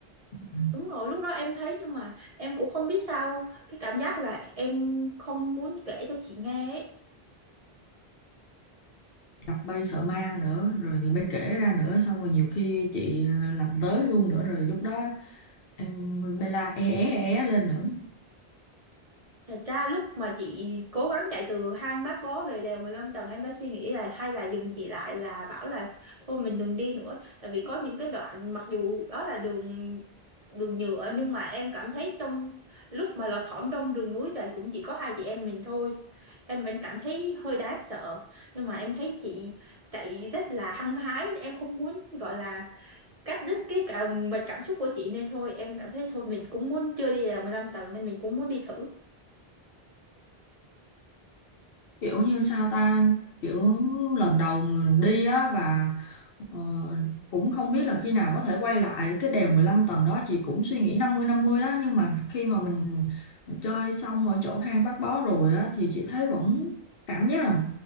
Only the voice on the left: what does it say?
Ừ,
Gặp bay sợ ma nữa, rồi thì bay kể ra nữa, xong rồi nhiều khi chị ờ, làm tới luôn nữa, rồi lúc đó em bay la é é e, é lên nữa.
Kiểu như sao ta, kiểu lần đầu mình đi á và ờ, cũng không biết là khi nào có thể quay lại cái đèo 15 tầng đó chị cũng suy nghĩ năm mươi năm mươi á, nhưng mà khi mà mình chơi xong ở chỗ hang Bác Bó rồi á thì chị thấy vẫn cảm giác là